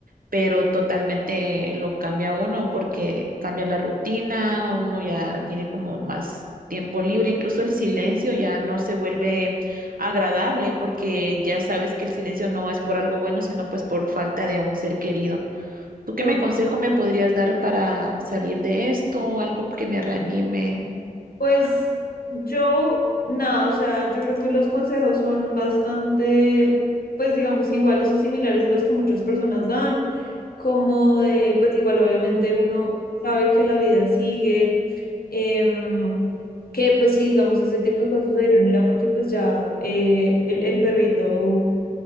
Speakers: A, on the right; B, on the left.
A: pero totalmente lo cambia uno porque cambia la rutina, uno ya tiene como más tiempo libre, incluso el silencio ya no se vuelve agradable porque ya sabes que el silencio no es por algo bueno, sino pues por falta de un ser querido. ¿Tú qué
B: uf,
A: me consejo me podrías dar para salir de esto, algo que me reanime?
B: Pues yo, nada, o sea, yo creo que los consejos son bastante, pues digamos, iguales o similares a los que muchas personas dan, como de, pues igual obviamente uno sabe que la vida sigue, em, que pues sí, digamos, ese tipo de cosas se dieron era porque pues ya eh, el, el perrito